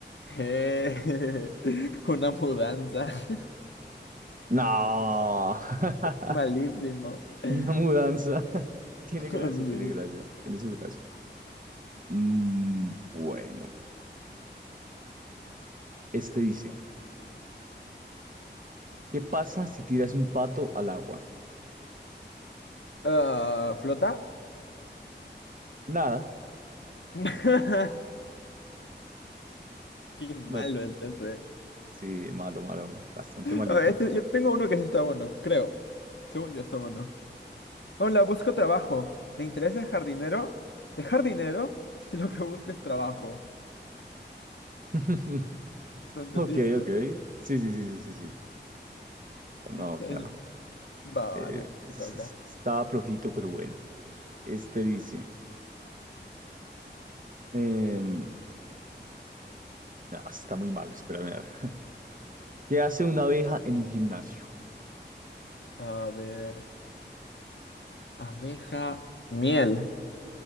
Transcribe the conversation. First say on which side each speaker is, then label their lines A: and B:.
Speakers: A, on the left; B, on the right.
A: Eh, <laughs> una mudanza. <laughs>
B: No. <laughs>
A: Malísimo. <laughs>
B: Una mudanza. <laughs> Tiene gracia,
A: Sí.
B: tiene gracia. Tiene su gracia. Mm, bueno. Este dice, ¿qué pasa si tiras un pato al agua?
A: Ah, ¿flota?
B: Nada.
A: <laughs> Qué malo
B: Na-
A: es ese.
B: Sí, malo, malo. Bastante malito.
A: A ver, este- yo tengo uno que sí está bueno, creo. Según yo está bueno. Hola, busco trabajo. ¿Te interesa el jardinero? ¿Dejar dinero? <laughs> Si lo que busco es trabajo.
B: <laughs>
A: ¿Lo entendiste?
B: Ok, ok. Sí, sí, sí, sí, sí, sí. No,
A: Está
B: claro.
A: Va,
B: Eh,
A: va, te
B: es-
A: te toca.
B: es- estaba flojito, pero bueno. Este dice, em, No, está muy mal, espérame a ver. <laughs> ¿Qué hace una abeja en un gimnasio?
A: A ver. Abeja, miel.